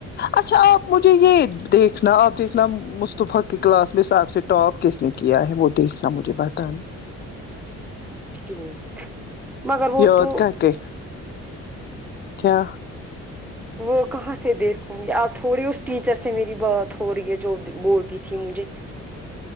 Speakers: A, on the left (about 35°); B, in the centre.
A: اچھا آپ مجھے یہ دیکھنا آپ دیکھنا مصطفی کی کلاس میں سب سے آب سے ٹاپ کس نے کیا ہے وہ دیکھنا مجھے بتانا
B: ٹھیک مگر وہ
A: یاد
B: تو
A: کر کے کیا
B: وہ کہاں سے دیکھوں گی آپ تھوڑی اس ٹیچر سے میری بات ہو رہی ہے جو بولتی تھی مجھے